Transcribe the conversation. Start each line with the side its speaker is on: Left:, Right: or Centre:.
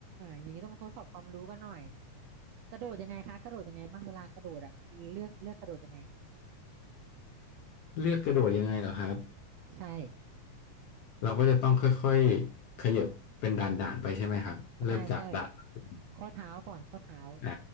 Right: อย่างนี้ต้องมาทดสอบความรู้กันหน่อยกระโดดยังไงคะกระโดดยังไงบ้างเวลากระโดดอ่ะเลือกเลือกกระโดดยังไง
Left: เลือกกระโดดยังไงเหรอครับ
Right: ใช่
Left: เราก็จะต้องค่อยๆขยับเป็นด่านๆไปใช่ไหมครับเริ่มจากด่านตะตุ่ม
Right: ใช่ใช่ข้อเท้าก่อนข้อเท้า
Left: อ่า